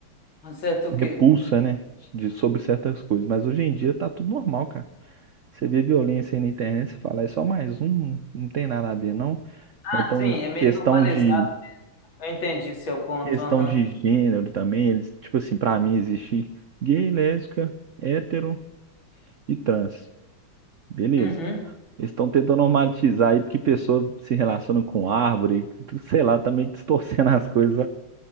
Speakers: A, on the left (about 75°); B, on the right (about 80°).
A: acerto o
B: repulsa,
A: quê?
B: né, de sobre certas coisas, mas hoje em dia tá tudo normal, cara. Você vê violência aí na internet, você fala, é só mais um, não tem nada a ver, não.
A: Ah,
B: Ou Então,
A: sim, é meio
B: questão
A: normalizado.
B: de
A: Eu entendi seu ponto,
B: questão
A: aham.
B: de gênero também, eles, tipo assim, pra mim existe gay, lésbica, hétero e trans. Beleza.
A: Uhum.
B: Eles estão tentando normatizar aí porque pessoa se relaciona com árvore, sei lá, tá meio distorcendo as coisas.